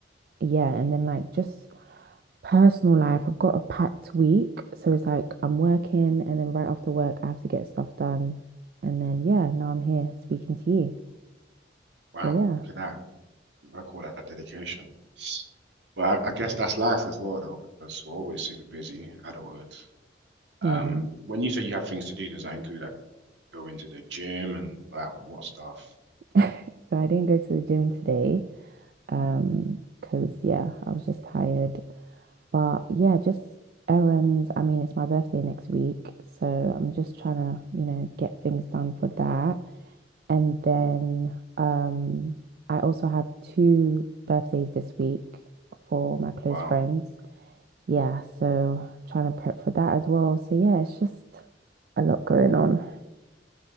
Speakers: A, on the right; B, on the right.
A: yeah, and then like just personal life, I've got a packed week. So it's like I'm working and then right after work I have to get stuff done. And then yeah, now I'm here speaking to you.
B: Wow,
A: So yeah,
B: look at that. I call that dedication. But I, I guess that's life as well, though, because we're always super busy, adulthood. Um,
A: yeah.
B: when you say you have things to do, does that include like going to the gym and like what stuff?
A: <laughs> So I didn't go to the gym today. Um,
B: Mm.
A: because yeah, I was just tired. But yeah, just errands. I mean, it's my birthday next week, so I'm just trying to, you know, get things done for that. And then um, I also have two birthdays this week for my close
B: Wow.
A: friends. Yeah, so trying to prep for that as well. So yeah, it's just a lot going on.